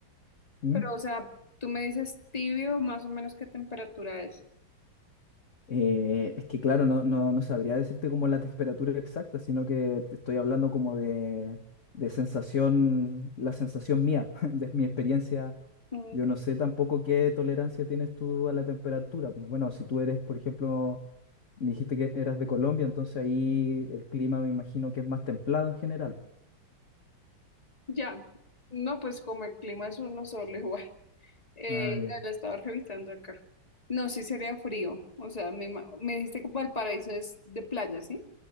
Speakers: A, on the left; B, on the left.
A: ¿Mm?
B: Pero, o sea, tú me dices tibio, más o menos qué temperatura es.
A: Eh, es que claro, no, no, no sabría decirte como la temperatura exacta, sino que te estoy hablando como de, de sensación, la sensación mía, <laughs> de mi experiencia.
B: Mm,
A: Yo
B: Ok.
A: no sé tampoco qué tolerancia tienes tú a la temperatura. Bueno, si tú eres, por ejemplo, me dijiste que eras de Colombia, entonces ahí el clima me imagino que es más templado en general.
B: Ya. No, pues como el clima es uno solo <laughs> igual. Eh,
A: Ah, ya.
B: no, lo estaba revisando acá. No, sí sería frío. O sea, me, ima- me dijiste que Valparaíso es de playa, ¿sí?